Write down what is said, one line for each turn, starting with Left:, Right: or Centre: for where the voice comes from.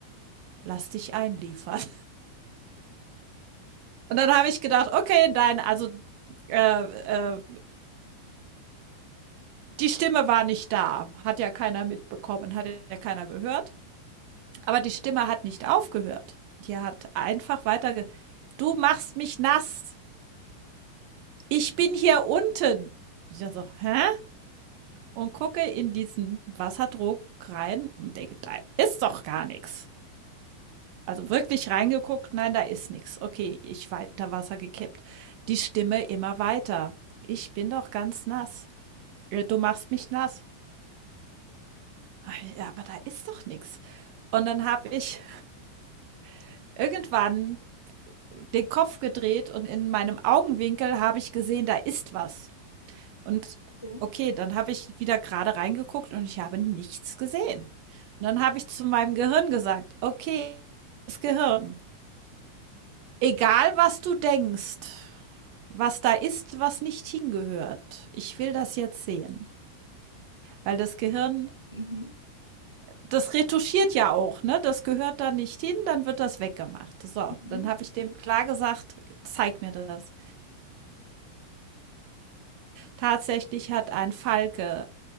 Right: Lass dich einliefern.“ Und dann habe ich gedacht, okay, nein, also äh, äh, die Stimme war nicht da, hat ja keiner mitbekommen, hat ja keiner gehört. Aber die Stimme hat nicht aufgehört. Die hat einfach weiter. Ge du machst mich nass. Ich bin hier unten. Ich so, hä? Und gucke in diesen Wasserdruck rein und denke, da ist doch gar nichts. Also wirklich reingeguckt, nein, da ist nichts. Okay, ich weiter Wasser gekippt. Die Stimme immer weiter. Ich bin doch ganz nass. äh, du machst mich nass. Hab ich, Ja, aber da ist doch nichts. Und dann habe ich <laughs> irgendwann den Kopf gedreht und in meinem Augenwinkel habe ich gesehen, da ist was. Und
Left: Okay.
Right: okay, dann habe ich wieder gerade reingeguckt und ich habe nichts gesehen. Und dann habe ich zu meinem Gehirn gesagt, okay, das Gehirn, egal was du denkst, was da ist, was nicht hingehört, ich will das jetzt sehen. Weil das Gehirn
Left: Mhm.
Right: Das retuschiert ja auch, ne? Das gehört da nicht hin, dann wird das weggemacht. So,
Left: Mhm.
Right: dann habe ich dem klar gesagt: „Zeig mir das.“ Tatsächlich hat ein Falke